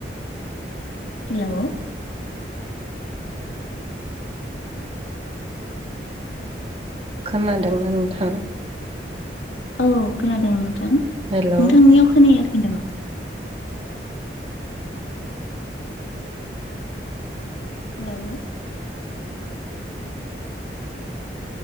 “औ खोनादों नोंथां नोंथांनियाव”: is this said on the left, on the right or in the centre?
Left